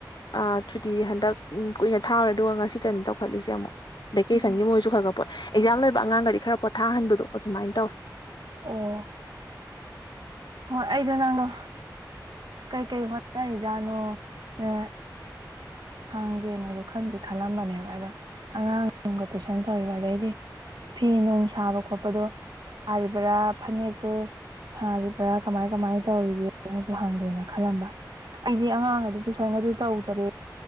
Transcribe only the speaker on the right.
ꯎꯝ
ꯑꯣ ꯍꯣꯏ ꯑꯩꯗꯣ ꯅꯪꯗꯣ ꯀꯩ ꯀꯩ ꯍꯣꯅꯔꯤꯖꯥꯠꯅꯣ ꯅ ꯍꯪꯒꯦꯅꯁꯨ ꯈꯪꯗꯤ ꯈꯜꯂꯝꯕꯅꯦꯕ ꯑꯗꯣ ꯑꯉꯥꯡꯒ ꯇꯨꯏꯁꯟ ꯇꯧꯔꯤꯕ ꯑꯗꯩꯗꯤ ꯐꯤ ꯅꯨꯡ ꯁꯥꯕ ꯈꯣꯠꯄꯗꯣ ꯁꯥꯔꯤꯕꯔꯥ ꯐꯅꯦꯛꯇꯣ ꯁꯥꯔꯤꯕ꯭ꯔꯥ ꯀꯃꯥꯏ ꯀꯃꯥꯏꯅ ꯇꯧꯔꯤꯒꯦꯅꯁꯨ ꯍꯪꯒꯦꯅ ꯈꯜꯂꯝꯕ ꯑꯩꯗꯤ ꯑꯉꯥꯡꯒꯗꯤ ꯇꯨꯏꯁꯟꯒꯗꯤ ꯇꯧꯗ꯭ꯔꯦ